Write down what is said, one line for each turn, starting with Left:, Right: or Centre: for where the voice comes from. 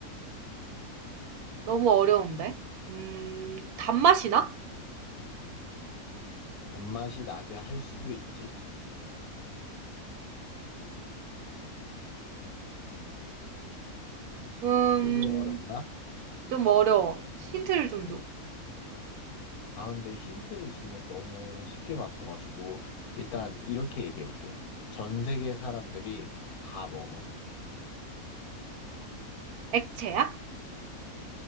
Right: 너무 어려운데. 음, 단맛이 나?
Left: 단맛이 나게 할 수도 있지.
Right: 음,
Left: 조금 어렵나?
Right: 좀 어려워. 힌트를 좀 줘.
Left: 아, 근데 힌트를 주면 너무 쉽게 맞춰가지고, 일단 이렇게 얘기해볼게. 전 세계 사람들이 다 먹어.
Right: 액체야?